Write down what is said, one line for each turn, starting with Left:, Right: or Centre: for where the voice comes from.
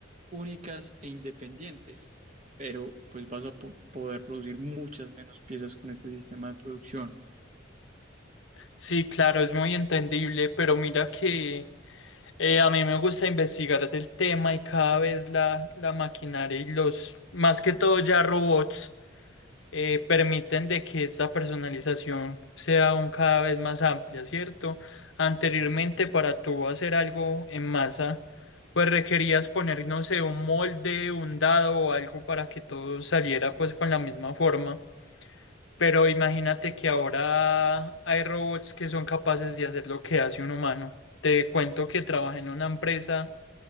Right: únicas e independientes, pero pues vas a po- poder producir muchas menos piezas con este sistema de producción.
Left: Sí, claro, es muy entendible, pero mira que... Eh, a mí me gusta investigar del tema y cada vez la, la maquinaria y los, más que todo ya robots, eh, permiten de que esta personalización sea aún cada vez más amplia, ¿cierto? Anteriormente para tú hacer algo en masa, pues requerías poner, no sé, un molde, un dado o algo para que todo saliera pues con la misma forma. Pero imagínate que ahora hay robots que son capaces de hacer lo que hace un humano. Te cuento que trabajé en una empresa